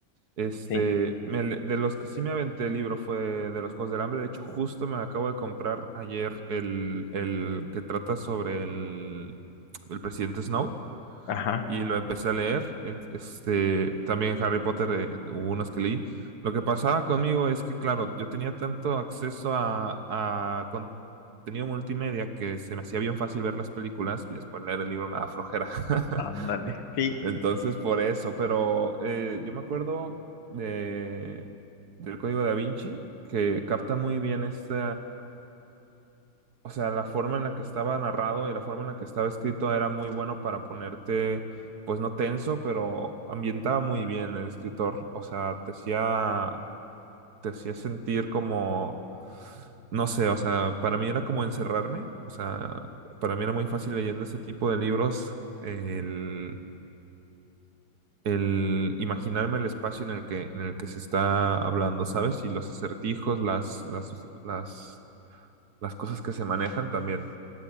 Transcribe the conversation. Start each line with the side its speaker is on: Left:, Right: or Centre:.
Right: Este,
Left: sí,
Right: me le- de los que sí me aventé el libro fue de los Juegos del Hambre. De hecho, justo me acabo de comprar ayer el, el que trata sobre el, el presidente Snow
Left: ajá,
Right: y lo empecé a leer. Es- Este, también Harry Potter, eh, hubo unos que leí. Lo que pasaba conmigo es que, claro, yo tenía tanto acceso a, a con- contenido multimedia que se me hacía bien fácil ver las películas y después leer el libro me da flojera. <laughs>
Left: ándale. Sí,
Right: Entonces, por eso, pero eh, yo me acuerdo de, del Código Da Vinci, que capta muy bien este, o sea, la forma en la que estaba narrado y la forma en la que estaba escrito era muy bueno para ponerte, pues no tenso, pero ambientaba muy bien el escritor. O sea, te hacía, te hacía sentir como, no sé, o sea, para mí era como encerrarme. O sea, para mí era muy fácil leyendo ese tipo de libros, el, el imaginarme el espacio en el que, en el que se está hablando, ¿sabes? Y los acertijos, las, las, las, las cosas que se manejan también.